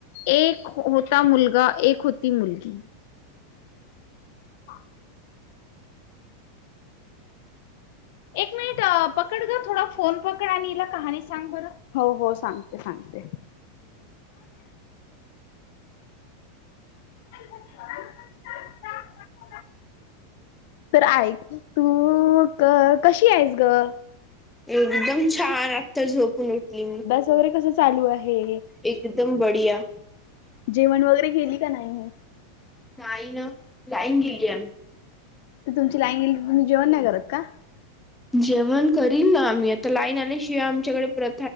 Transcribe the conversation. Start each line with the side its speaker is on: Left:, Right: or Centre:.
Left: एक होता मुलगा, एक होती मुलगी. <unintelligible> एक मिनिट अं. पकड ग थोडा फोन पकड आणि हिला कहाणी सांग बरं. हो, हो सांगते सांगते. <unintelligible> तर ऐक तू क... कशी आहे ग?
Centre: एकदम छान आत्ता झोपून उठली मी.
Left: दौरे कस चालू आहे?
Centre: एकदम बढिया
Left: जेवण वगैरे केेली का नाही?
Centre: नाही न लाईन गिलिय.
Left: तर तुमची लाईन गेली तुम्ही जेवण नाही करत. <inaudible>
Centre: जेवण करीन न आम्ही, आता लाईन आल्याशिवाय आमच्याकडे प्र...